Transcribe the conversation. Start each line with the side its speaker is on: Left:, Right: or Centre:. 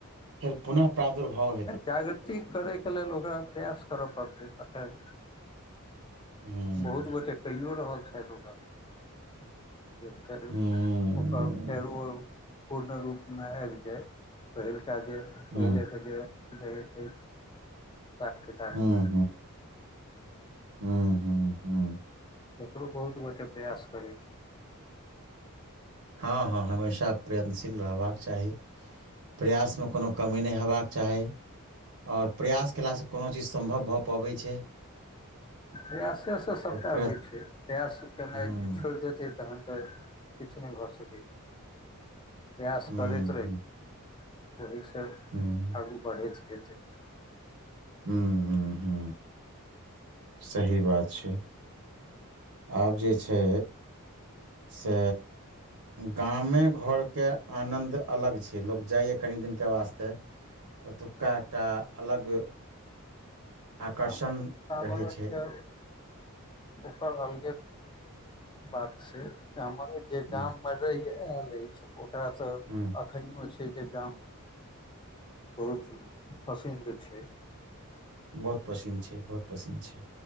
Right: फेर पुनः प्रादुर्भाव हे
Left: जागृति करैके लेल ओकरा प्रयास करऽ पड़तै तऽ फेर
Right: हूँ
Left: बहुत गोटे कइओ रहल छथि ओकरा जे
Right: हूँ
Left: ओर
Right: हूँ
Left: फेर ओ पूर्ण रूपमे आबि जाइ पहिलका जे
Right: हूँ
Left: पहिले के जे हिसाब किताबमे
Right: हूँ हूँ हूँ हूँ
Left: तकरो बहुत गोटे प्रयास करै छै
Right: हँ हँ हमेशा प्रयत्नशील रहबाक चाही प्रयासमे कोनो कमी नहि हेबाक चाही आओर प्रयास कयलासँ कोनो चीज सम्भव भऽ पबै छै
Left: प्रयासेसँ सभटा
Right: आओर प्र
Left: होइ छै प्रयास केनाइ
Right: हूँ
Left: छोड़ि देतै तहन तऽ किछु नहि भऽ सकै प्रयास
Right: हूँ
Left: करैत
Right: हूँ
Left: रहै ओहिसँ
Right: हूँ
Left: आगू बढ़ैत जेतै
Right: हूं हूं हूं सही बात छै आब जे छै से गामे घरके आनन्द अलग छै लोक जाइए कनि दिनके वास्ते ओतुका एकटा अलग आकर्षण
Left: गामक वातावरणके
Right: रहै छै
Left: ओकर अलगे बात छै हमर जे
Right: हूँ
Left: गाम मे रहि आयल अछि ओकरा तऽ
Right: हूँ
Left: एखनओ छै जे गाम बहुत पसिन्द छै
Right: बहुत पसिन्न छै बहुत पसिन्न छै